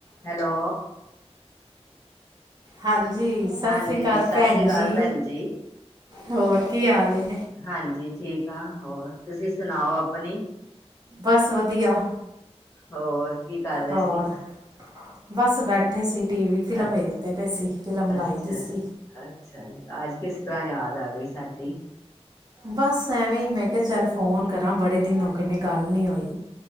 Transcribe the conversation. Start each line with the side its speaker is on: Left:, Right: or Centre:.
Left: Hello
Right: ਹਾਂਜੀ ਸਸ
Left: ਹਾਂਜੀ
Right: ਸ੍ਰੀ ਕਾਲ
Left: ਸਤਿ
Right: ਭੈਣ
Left: ਸ੍ਰੀ ਅਕਾਲ
Right: ਜੀ।
Left: ਭੈਣ ਜੀ
Right: ਹੋਰ ਕੀ ਹਾਲ ਏ।
Left: ਹਾਂਜੀ ਠੀਕ ਆ, ਹੋਰ ਤੁਸੀਂ ਸੁਣਾਓ ਆਪਣੀ?
Right: ਬਸ ਵਧੀਆ,
Left: ਹੋਰ ਕੀ ਕਰ ਰਹੇ
Right: ਹੋਰ?
Left: ਸੀ
Right: ਬਸ ਬੈਠੇ ਸੀ ਟੀ ਵੀ ਫਿਲਮ
Left: ਅ
Right: ਵੇਖਦੇ ਪਏ ਸੀ ਫਿਲਮ ਲਾਈ
Left: ਅੱਛਾ
Right: ਦੀ ਸੀ।
Left: ਅੱਛਾ ਜੀ ਅੱਜ ਕਿਸ ਤਰ੍ਹਾਂ ਯਾਦ ਆ ਗਈ ਸਾਡੀ।
Right: ਬਸ ਐਵੇਂ ਹੀ ਮੈਂ ਕਿਹਾ ਚੱਲ ਫੋਨ ਕਰਾਂ ਬੜੇ ਦਿਨ ਹੋ ਗੇ ਨੇ ਗੱਲ ਨੀ ਹੋਈ।